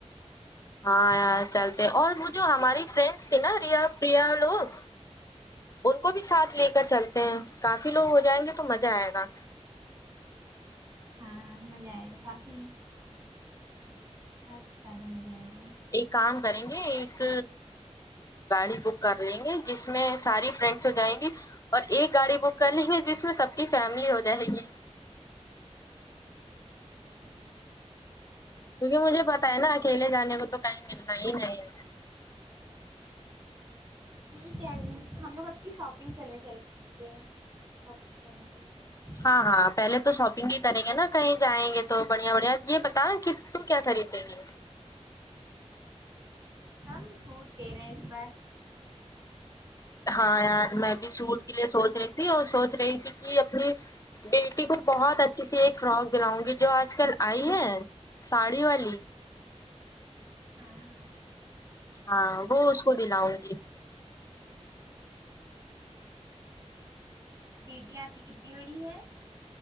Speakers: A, on the left (about 30°); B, on the right (about 35°).
A: ہاں یار چلتے اور وہ جو ہماری فرینڈس تھی نا ریا پریا لوگ ان کو بھی ساتھ لے
B: ہاں
A: کر چلتے
B: ہاں
A: ہیں کافی لوگ ہو جائیں گے تو مزہ آئے گا
B: ہاں مزہ آئے گا کافی لوگ کے ساتھ زیادہ مزہ آئے گا
A: ایک کام کریں گے ایک گاڑی بک کر لیں گے جس میں ساری فرینڈس ہو جائیں گی اور ایک گاڑی بک کر لیں گے جس میں سب کی فیملی ہو جائے گی
B: ہاں ہاں
A: کیونکہ مجھے پتا ہے نا اکیلے جانے کا تو کہی ملتا ہی نہیں ہے
B: ٹھیک ہے ہم لوگ اب کی شاپنگ چلنے چلتے ہیں شاپنگ کرنے چلتے ہیں
A: ہاں ہاں پہلے تو شاپنگ ہی کریں گے نا کہیں جائیں گے تو بڑھیا بڑھیا یہ بتا کہ تو کیا خریدیں گے
B: ہم سوٹ لے رہے ہیں اس بار
A: ہاں یار میں بھی سوٹ کے لیے سوچ رہی تھی اور سوچ رہی تھی کہ اپنی بیٹی کو بہت اچھی سی ایک فراک دلاؤں گی جو آج کل آئی ہے ساڑی والی
B: ہاں ہاں
A: ہاں وہ اس کو دلا انگی
B: بیٹی آپ کی کتی بڑی ہے